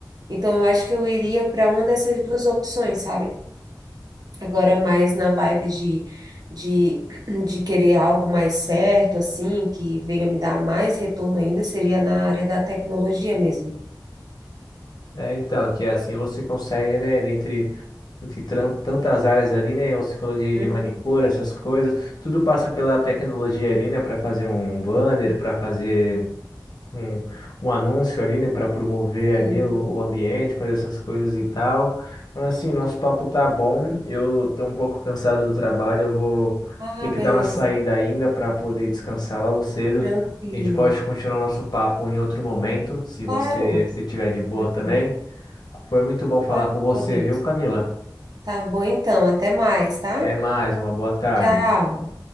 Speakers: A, on the right (about 55°); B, on the left (about 65°).
A: Então, eu acho que eu iria para uma dessas duas opções, sabe? Agora, mais na vibe de, de, <clears throat> de querer algo mais certo, assim, que venha me dar mais retorno ainda, seria na área da tecnologia mesmo.
B: É, então, que é assim você consegue, né, dentre de tran- tantas áreas ali, né? Você falou de,
A: Uhum,
B: de manicure, essas coisas, tudo passa pela tecnologia ali, né? Para fazer um um banner, para fazer um, um anúncio ali, né? Para promover
A: sim.
B: ali o, o ambiente, fazer essas coisas e tal. Mas assim, nosso papo tá bom. Eu tô um pouco cansado do trabalho, eu vou
A: Ah,
B: ter que
A: beleza.
B: dar uma saída ainda para poder descansar logo cedo.
A: Tranquilo.
B: A gente pode continuar nosso papo em outro momento, se você
A: Claro.
B: se tiver de boa
A: Uhum,
B: também. Foi muito bom
A: claro,
B: falar com você,
A: podemos.
B: viu, Camila?
A: Tá bom, então. Até mais, tá?
B: Até mais, uma boa tarde.
A: Tchau.